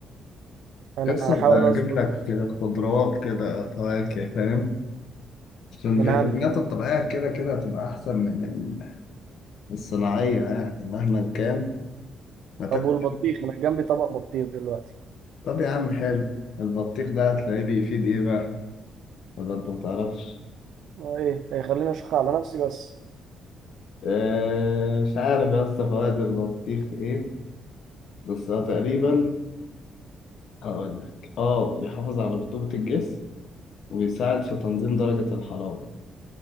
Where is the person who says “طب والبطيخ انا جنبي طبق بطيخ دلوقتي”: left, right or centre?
Right